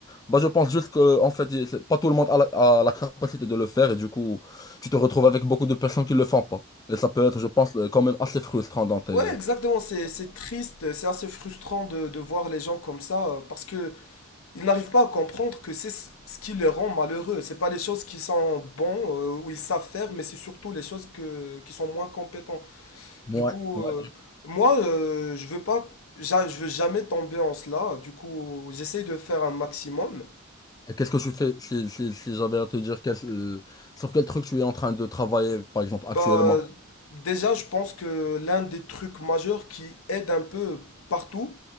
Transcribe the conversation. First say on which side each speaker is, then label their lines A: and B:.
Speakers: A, on the left; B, on the left.
A: Bah, je pense juste que, en fait, y- c'est- pas tout le monde a la, a la capacité de le faire et du coup, tu te retrouves avec beaucoup de personnes qui ne le font pas. Et ça peut être, je pense, euh, quand même assez frustrant dans tes...
B: Ouais, exactement, c'est, c'est triste, c'est assez frustrant de, de voir les gens comme ça, euh, parce que ils n'arrivent pas à comprendre que c'est ce qui les rend malheureux. C'est pas les choses qui sont bons euh, ou ils savent faire, mais c'est surtout les choses que, qui sont moins compétents.
A: Ouais,
B: Du coup,
A: ouais.
B: euh, moi, euh, je veux pas, j'a- je veux jamais tomber en cela. Du coup, j'essaye de faire un maximum.
A: Et Qu'est-ce que tu fais si, si, si j'avais à te dire quel- euh, sur quel truc tu es en train de travailler, par exemple, actuellement?
B: Bah, déjà, je pense que l'un des trucs majeurs qui aide un peu partout,